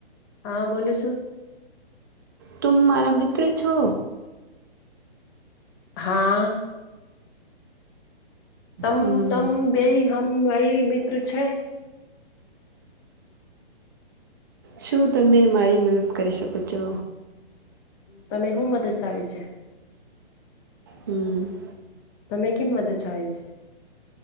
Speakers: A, on the left; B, on the right.
A: હા બોલું છું?
B: તું મારા મિત્ર છો?
A: હા. તમ
B: હમ
A: તમ બેય હ એ મિત્ર છે.
B: શું તમે મારી મદદ કરી શકો છો?
A: તમે શું મદદ આવી છે?
B: હમ.
A: તમે કંમતે છય છે?